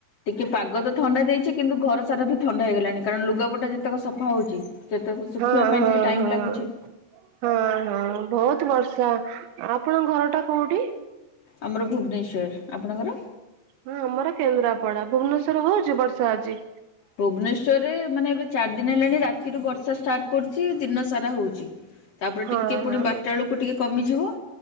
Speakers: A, on the left (about 70°); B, on the right (about 75°).
A: ଟିକେ ପାଗ ତ ଥଣ୍ଡା ଦେଇଛି କିନ୍ତୁ ଘର ସାରା ବି ଥଣ୍ଡା ହେଇଗଲାଣି କାରଣ ଲୁଗାପଟା ଯେତେକ ସଫା ହଉଛି? ସେତେକୁ ଶୁଖିବା
B: ହଁ
A: ପାଇଁ
B: ହଁ
A: ଟିକେ ଟାଇମ୍
B: ହଁ।
A: ଲାଗୁଛି।
B: ହଁ ହଁ ବହୁତ ବର୍ଷା ଆପଣଙ୍କ ଘର ଟା କୋଉଠି?
A: ଆମର ଭୁବନେଶ୍ୱର ଆପଣଙ୍କର
B: ହଁ ଆମର କେନ୍ଦ୍ରାପଡା ଭୁବନେଶ୍ଵର ହଉଛି ବର୍ଷା ଆଜି
A: ଭୁବନେଶ୍ଵର ରେ ମାନେ ଏବେ ଚାରି ଦିନ ହେଲାଣି ରାତିରୁ ବର୍ଷା ଷ୍ଟାର୍ଟ କରୁଛି ଦିନ ସାରା ହଉଛି। ତାପରେ
B: ହଁ
A: ଟିକେ ପୁଣି
B: ହଁ
A: ବାରଟା ବେଳକୁ ଟିକେ କମିଯିବ